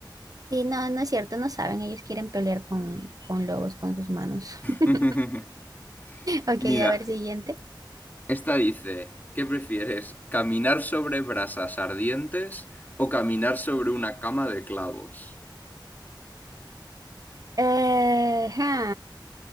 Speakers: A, on the right (about 45°); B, on the left (about 20°).
A: Sí, no, no es cierto, no saben. Ellos quieren pelear con, con lobos con sus manos. <laughs>
B: <laughs>
A: Ok,
B: Mira,
A: a ver, siguiente.
B: esta dice, ¿qué prefieres? ¿Caminar sobre brasas ardientes o caminar sobre una cama de clavos?
A: Eh, ja.